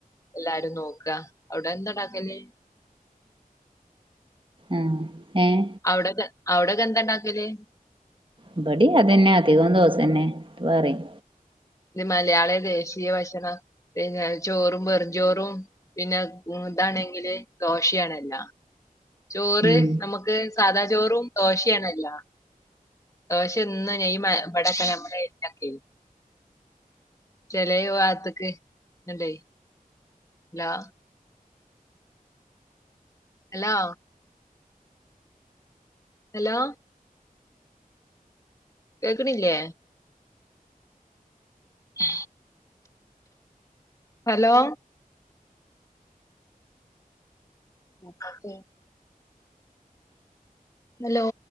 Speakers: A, on the left; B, on the right.
A: എല്ലാരും നോക്കാ അവിടെ എന്താണ്ടാക്കല്
B: ആഹ് ഏഹ്
A: അവിടെ അവിടെക്കെ എന്താണ്ടാക്കല്
B: ഇബടി അതെന്നെ അധികം ദോസന്നെ പറിം
A: ഇത് മലയാളി ദേശീയ ഭക്ഷണം പിന്നെ ചോറും വെറുംചോറും പിന്നെ ഇതാണെങ്കില് ദോശയാണല്ല ചോറ്
B: ഉം
A: നമു ക്ക് സാദാ ചോറും ദോശയാണല്ല ദേശ എന്നും ഈ മ ഇമ്പടെക്കെ നമ്മുടെ <unintelligible> ചെലോ ഭാഗത്ത് ക്ക് ണ്ടേ ഹലോ ഹലോ ഹലോ കേക്ക്ണില്ലേ ഉ ഹലോ മുക്കാത്തെ ഹലോ